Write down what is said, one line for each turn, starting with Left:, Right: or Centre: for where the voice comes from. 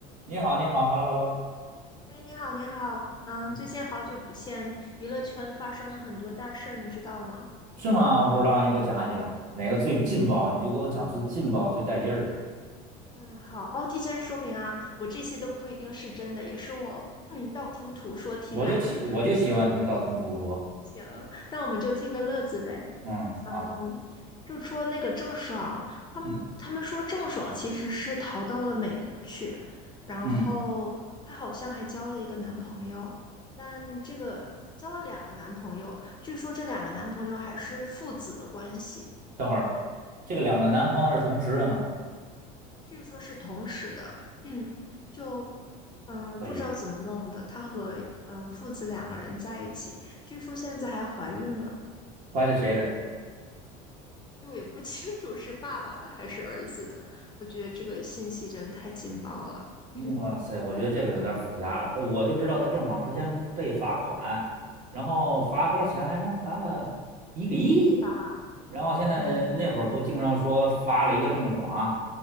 Right: 你好，你好，hello hello，
Left: 哎，你好，你好，嗯，
Right: 嗯，
Left: 最近好久不见，娱乐圈发生了很多大事儿，你知道吗？
Right: 是吗？我不知道，你给我讲一讲哪个最劲爆，你就给我讲最劲爆、最带劲儿的。
Left: 嗯，好，哦，提前说明啊，我这些都不一定是真的，也是我嗯道听途说听来的。
Right: 我就喜我就喜欢听道听途说。
Left: 行，那我们就听个乐子呗。
Right: 嗯，
Left: 嗯，
Right: 好，
Left: 就说那个郑爽，他们他们说郑爽其实是逃到了美国去，
Right: 嗯，
Left: 然后她好像还交了一个男朋友，
Right: 嗯，
Left: 但这个交了两个男朋友，据说这两个男朋友还是父子的关系。
Right: 等会儿，这个两个男朋友是同时的吗？
Left: 据说是同时的，<clears throat> 就嗯不知道怎么弄的，
Right: 可以，
Left: 他和嗯父子两个人在一起，据说现在还怀孕了，
Right: 怀的谁的？
Left: 就也不 <laughs> 清楚是爸爸的还是儿子的。我觉得这个信息真的太劲爆了，<clears throat>
Right: 哇塞，我觉得这个有点儿复杂，呃我就知道他郑爽之前被罚款，然后罚多少钱来着？
Left: 嗯，
Right: 罚了一个亿。
Left: 几亿吧，
Right: 然后现在那会儿不经常说罚了一个郑爽，
Left: 嗯